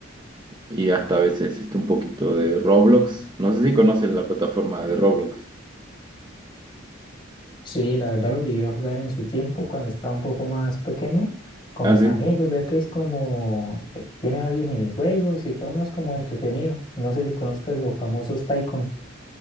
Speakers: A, on the right (about 20°); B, on the left (about 25°).
A: y hasta a veces este, un poquito de Roblox. No sé si conoces la plataforma de Roblox.
B: Sí, la verdad lo llegué a jugar en su tiempo cuando estaba un poco más pequeño con
A: Ah,
B: mis
A: sí.
B: amigos, ya que es como, eh, tiene varios minijuegos y cada uno es como entretenido. No sé si conozcas los famosos Tycoon.